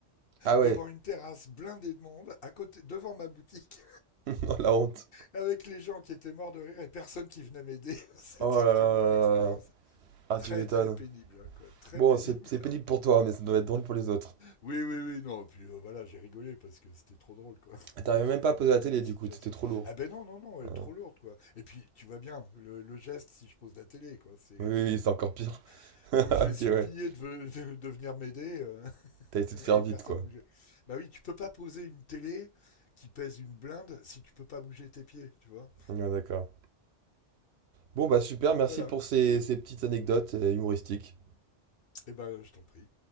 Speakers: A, on the right; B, on the left.
A: Ah ouais.
B: devant une
A: <laughs>
B: terrasse blindée de monde à côté devant ma boutique
A: Oh, la honte.
B: avec les gens qui étaient morts de rire et personne qui venait m'aider. <laughs> C'était
A: Oh là
B: vraiment
A: là là
B: une expérience
A: là là. Ah,
B: très
A: tu m'étonnes.
B: très pénible, quoi, très
A: Bon,
B: pénible.
A: c'est c'est pénible pour toi, mais ça doit être drôle pour les autres.
B: Oui, oui, oui, non. Puis euh, voilà, j'ai rigolé parce que c'était trop drôle, quoi,
A: Et T'arrivais même
B: <laughs>
A: pas à poser
B: comme
A: la télé,
B: euh,
A: du
B: situation.
A: coup, c'était trop lourd.
B: Ah ben non, non, non, euh,
A: Ouais.
B: trop lourde, quoi. Et puis tu vois bien le, le geste si je pose la télé, quoi. C'est
A: Oui, oui, c'est encore pire.
B: <laughs>
A: <laughs> Ok,
B: donc je l'ai supplié
A: ouais.
B: de, ve- de venir m'aider euh,
A: T'as essayé
B: <laughs>
A: de faire
B: et
A: vite,
B: personne
A: quoi.
B: bougeait. Bah oui, tu peux pas poser une télé qui pèse une blinde si tu peux pas bouger tes pieds, tu vois.
A: Ouais, d'accord. Bon, bah super, merci
B: Voilà.
A: pour ces, ces petites anecdotes euh, humoristiques.
B: et ben, je t'en prie.